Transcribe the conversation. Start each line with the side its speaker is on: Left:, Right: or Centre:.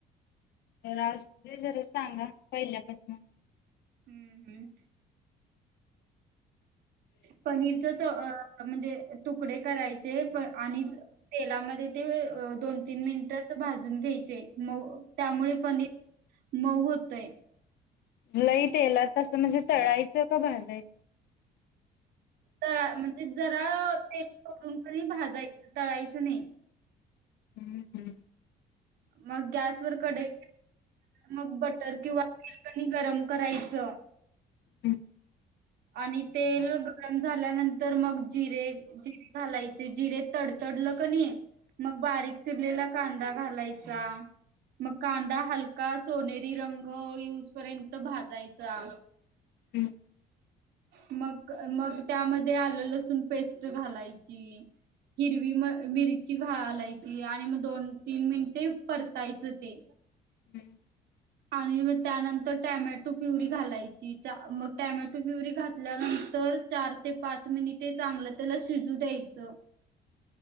Left: तर आज ते तरी सांगा पहिल्यापासून
Right: हम्म हम्म. पनीरच चव अ म्हणजे तुकडे करायचे तेप आणि तेलामधे ते अ दोन तीन मिनिटं अस भाज न घ्यायचे म त्यामुळे पनी मग होतय.
Left: लई तेलात असं म्हणजे तळायचं का भाजाय?
Right: तळा म्हणजे जरा तेल सोडून क नई भाजायच तळायचं नई.
Left: हम्म हम्म.
Right: मग गॅसवर कडई मग बटर किंवा क नई गरम करायचं
Left: हम्म
Right: आणि तेल गरम झाल्यानंतर मग जिरे जिरे घालायचे जिरे तडतडलं क नाही, मग बारीक चिरलेला कांदा घालायचा, मग कांदा हलका सोनेरी रंग येऊसपर्यंत भाजायचा.
Left: हम्म.
Right: मग, मग त्यामध्ये आलं लसून पेस्ट घालायची. हिरवी म मिर ची घालायची आणि मग दोन तीन मिनटे परतायच ते.
Left: हम्म.
Right: आणि मग त्यानंतर टॅमॅटो प्युरी घालायची. मग टॅमॅटो प्युरी घातल्यानंतर चार ते पाच मिनिटे चांगलं त्याला शिजू द्यायचं.